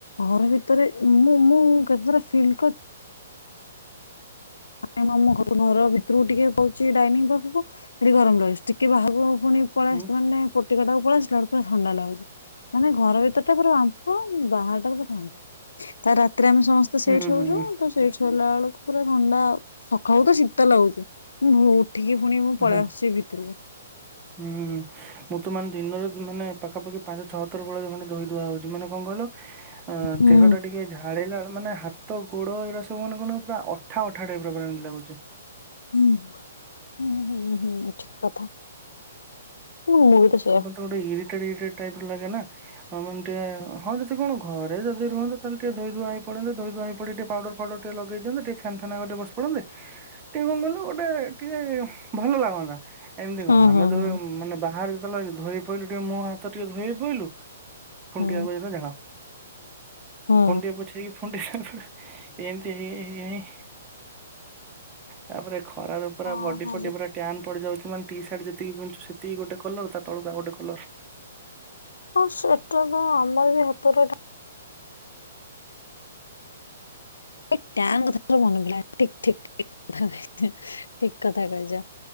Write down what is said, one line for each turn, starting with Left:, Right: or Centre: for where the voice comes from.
Left: ଘର ଭିତରେ ମୁଁ ମୁଁ କେତେଥର ଫିଲ୍ କରି <unintelligible> ଘର ଭିତରକୁ ଟିକିଏ ପାଉଚି ଡାଇନିଂ ପାଖକୁ। ସେଟି ଗରମ ରହୁଚି ଟିକିଏ ବାହାରକୁ ପୁଣି ପଳିଆସୁଚି
Right: ହୁଁ
Left: ମାନେ ପଟିକଟାକୁ ପଳିଆସିଲାରୁ ପୁରା ଥଣ୍ଡା ଲାଗୁଛି ମାନେ ଘର ଭିତରଟା ପୁରା ବାମ୍ପ ବାହାରଟା ପୁରା ଥଣ୍ଡା। ତା ରାତିରେ ଆମେ ସମସ୍ତେ ସେଇଠି
Right: ହୁଁ ହୁଁ
Left: ଶୋଉଚୁ
Right: ହୁଁ ହୁଁ।
Left: ତ ସେଇଠି ଶୋଇଲା ବେଳକୁ ପୁରା ଥଣ୍ଡା। ସକାଳୁତ ଶୀତ ଲାଗୁଚି ମୁଁ ଭୋରୁ ଉଠିକି ପୁଣି ମୁଁ
Right: ଆଚ୍ଛା
Left: ପଳେଇ ଆସୁଛି ଭିତରକୁ।
Right: ହୁଁ ଉୁଁ ମୁଁ ତ ମାନେ ଦିନରେ ମାନେ ପାଖାପାଖି ପାଞ୍ଚ ଛଅଥର ଭୋଳିଆ ମାନେ ଧୋଇ ଧୂଆ ହଉଛି ମାନେ କଣ କହିଲ? ହଁ
Left: ହୁଁ।
Right: ଦେହଟା ଟିକିଏ ଝାଳେଇଲା ମାନେ ହାତ ଗୋଡ ଏରାସବୁ ମାନେ କଣ ପୁରା ଅଠା ଅଠା ଟାଇପର ପୁରା ଏମିତି ଲାଗୁଛି।
Left: ଉୁଁ ହୁଁ ହୁଁ ହୁଁ ଠିକ କଥା ମୁଁ ମୁଁବିତ ସେଇଆ।
Right: ତ ଗୋଟେ ଇରିଟେଡ ଇରିଟେଡ ଟାଇପର ଲାଗେନା। ହଁ ମାନେ ଟିକିଏ ହଁ ଯଦି କଣ ଘରେ ଯଦି ରୁହନ୍ତା ତାହେଲେ ଟିକିଏ ଧୋଇ ଧୁଆ ହେଇପଡନ୍ତେ ଦେ ଧୋଇ ଧୁଆ ହେଇପଡି ଟିକିଏ ପାଉଡର। ପାଉଡର ଟିକିଏ ଲଗେଇଦିଅନ୍ତେ ଟିକିଏ ଫ୍ୟାନ ଫ୍ୟାନ ଆଗରେ ବସିପଡେନ୍ତେ।
Left: <inaudible>
Right: ଟିକିଏ କଣ କଲୁ ଗୋଟେ ଟିକିଏ ଭଲ ଲାଗନ୍ତା ଏମିତି
Left: ହୁଁ
Right: କଣ
Left: ହୁଁ
Right: ଆମେ ଯୋଉ
Left: ହୁଁ।
Right: ମାନେ ବାହାରେ ତଲାଗି ଧୋଇପଇଲୁ ଟିକେ ମୁୋ ହାତ ଟିକେ ଧୋଇ ପଇଲୁ ଫୁଣି
Left: ହୁଁ
Right: ଟିକେ ଆଗକୁ ଯାଇଥିବୁ ଝାଳ
Left: ହୁଁ
Right: ଫୁଣିଟିକେ ପୋଛି ହେଇକି ଏମିତି ହେଇ ହେଇ ହେଇ ତାପରେ ଖରାରୁ ପୁରା
Left: ହଁ
Right: ବଣ୍ଡି
Left: ହବ
Right: ଫଣ୍ଡି ପୁରା ପ୍ୟାନ୍ ପଡ଼ିଯାଇଚି ମାନ ଟି ସାର୍ଟ ଯେତିକି ପିନ୍ଧୁଚୁ ସେତିକି ଗୋଟେକଲର ତାତଳକା ଆଉଗୋଟେ କଲର।
Left: ହଁ ସେଟାତ ଆମରବି ହାତରେ <unintelligible> ମାନେ ପିଲା ଠିକ୍ ଠିକ୍ ଠିକ୍ ଠିକ୍ କଥା କହିଚ